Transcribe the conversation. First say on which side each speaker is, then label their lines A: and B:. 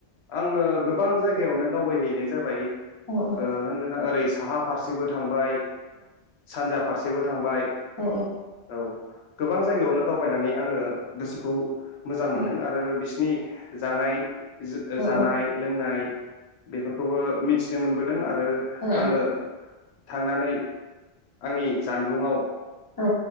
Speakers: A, on the left (about 80°); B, on the left (about 20°).
A: आङो गोबां जायगायावनो दावबायहैनाय जाबाय।
B: औ औ
A: ओ होननोथां ओरै साहा फारसेबो थांबाय। सानजा फार थांबाय
B: औ
A: औ गोबां जायगायावनो दावबायनानै आङो गोसोखौ मोजां मोनदों
B: औ
A: आरो बि स्नि जानाय
B: औ
A: जानाय लोंनाय बेफोरखौबो मिथिनो मोनबोदों आ रो
B: औ
A: आङो थांनानै आंनि जानबुंआव
B: औ